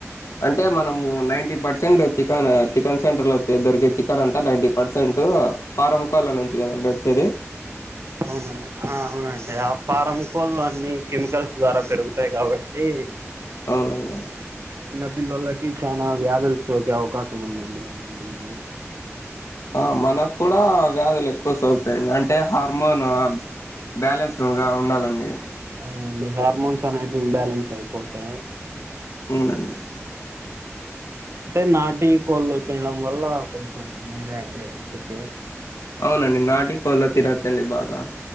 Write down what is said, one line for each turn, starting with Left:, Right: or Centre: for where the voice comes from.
Left: అంటే మనము ninety percent chicken chicken centre లో దొరికే చికెన్ అంతా నైన్టీ పర్సెంట్ ఫారం కోళ్ళ నుంచి కదండి వచ్చేది
Right: అవునా ఆ, అవునండి ఆ ఫారం కోళ్ళు అన్ని కెమికల్స్ ద్వారా పెరుగుతాయి కాబట్టి
Left: అవునండి
Right: చిన్న పిల్లలకి చానా వ్యాధులు సోకే అవకాశం ఉందండి వాటి వలన
Left: ఆ మనకు కూడా వ్యాధులు ఎక్కువ సోకుతయండి అంటే హార్మోన్ బ్యాలెన్స్డ్గా
Right: అవునండి.
Left: ఉండదండి
Right: అవునండి హార్మోన్స్ అనేటివి బ్యాలెన్స్ అయిపోతాయి
Left: ఊనండి
Right: అంటే నాటి కోళ్ళు తినడం వల్ల కొంచెం మేలే అండి హెల్త్ కి
Left: అవునండి నాటి కోళ్ళ తినొచ్చాండి బాగా